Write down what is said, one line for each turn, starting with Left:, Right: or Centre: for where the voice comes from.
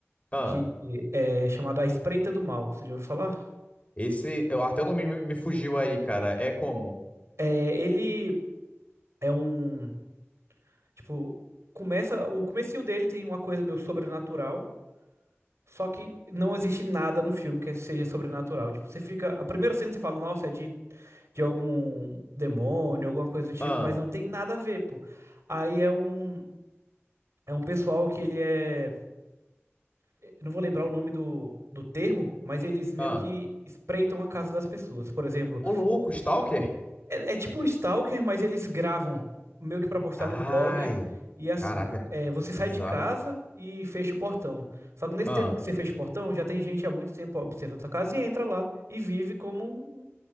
Left: Ah,
Right: que é chamado A Espreita do Mal. Você já ouviu falar?
Left: esse, eu- até o nome me, me fugiu aí, cara. É como?
Right: É, ele. É um, tipo, começa, o comecinho dele tem uma coisa meio sobrenatural, só que não existe nada no filme que seja sobrenatural. Tipo, você fica, a primeira cena você fala, nossa, é de, de algum demônio, alguma coisa do tipo,
Left: Ah.
Right: mas não tem nada a ver, pô. Aí é um, é um pessoal que ele é, eu não vou lembrar o nome do, do termo, mas eles meio
Left: Ah.
Right: que espreitam a casa das pessoas. Por exemplo,
Left: Ô, louco, Stalker?
Right: É, é tipo um stalker, mas eles gravam meio que pra postar
Left: Ai,
Right: num blog. E assim,
Left: caraca,
Right: é, você sai
Left: bizarro.
Right: de casa e fecha o portão. Só que nesse
Left: Ah,
Right: tempo que você fecha o portão, já tem gente há muito tempo observando sua casa e entra lá e vive como um,